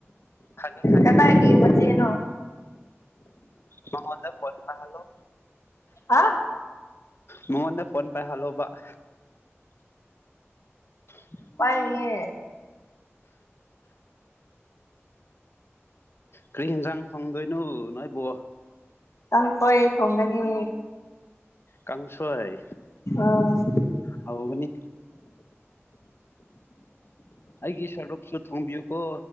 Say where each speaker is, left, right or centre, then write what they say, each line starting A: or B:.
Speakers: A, on the left; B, on the left.
A: ꯈꯪꯉꯤ ꯈꯪꯉꯦ
B: ꯀꯗꯥꯏꯒꯤ ꯃꯆꯦꯅꯣ
A: ꯃꯉꯣꯟꯗ ꯐꯣꯟ ꯇꯥꯍꯜꯂꯣ
B: ꯍꯥ
A: ꯃꯉꯣꯟꯗ ꯐꯣꯟ ꯄꯥꯏ ꯍꯜꯂꯣꯕꯥ ꯎ <inaudible>
B: ꯄꯔꯌꯦ
A: ꯀꯔꯤ ꯌꯦꯟꯁꯥꯡ ꯐꯪꯗꯣꯏꯅꯣ ꯅꯣꯏ ꯏꯕꯣ
B: ꯅꯪ ꯐꯩ ꯊꯣꯡꯒꯅꯤ
A: ꯀꯥꯡꯁꯣꯏ
B: ꯑꯥ
A: ꯍꯧꯒꯅꯤ ꯑꯩꯒꯤ ꯁꯔꯞꯁꯨ ꯊꯣꯡꯀꯣ